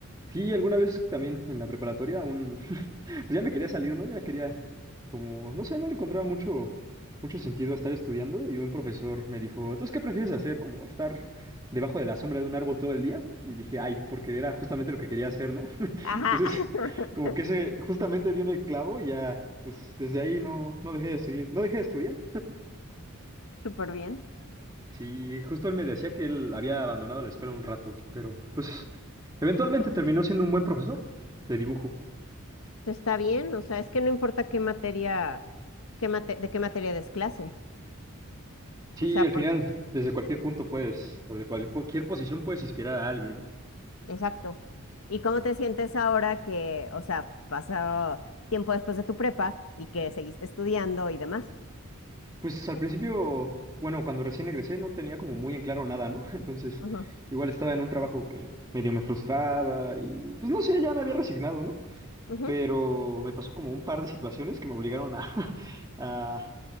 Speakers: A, on the right; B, on the left.
A: sí, alguna vez también en la preparatoria un, <laughs> pues ya me quería salir, ¿no? Ya quería como, no sé, no le encontraba mucho, mucho sentido a estar estudiando y un profesor me dijo, entonces, ¿qué prefieres hacer? Como estar debajo de la sombra de un árbol todo el día. Y dije, ay, porque era justamente lo que quería hacer, ¿no? <laughs>
B: Ajá,
A: Entonces,
B: <laughs>
A: como que ese justamente dio en el clavo y ya, pues desde ahí no, no dejé de seguir, no dejé de estudiar.
B: súper bien.
A: Sí, justo él me decía que él había abandonado la escuela un rato, pero pues eventualmente terminó siendo un buen profesor de dibujo.
B: Está bien, o sea, es que no importa qué materia, qué mate- de qué materia des clase,
A: Sí,
B: o sea,
A: al
B: por,
A: final, desde cualquier punto puedes, o de cual- cualquier posición puedes inspirar a alguien, ¿no?
B: exacto. ¿Y cómo te sientes ahora que, o sea, pasó tiempo después de tu prepa y que seguiste estudiando y demás?
A: Pues al principio, bueno, cuando recién egresé no tenía como muy en claro nada, ¿no? <laughs> Entonces,
B: Ujú,
A: igual estaba en un trabajo que medio me frustraba y pues no sé, ya me había resignado, ¿no?
B: ujú.
A: Pero me pasó como un par de situaciones que me obligaron a, <laughs> a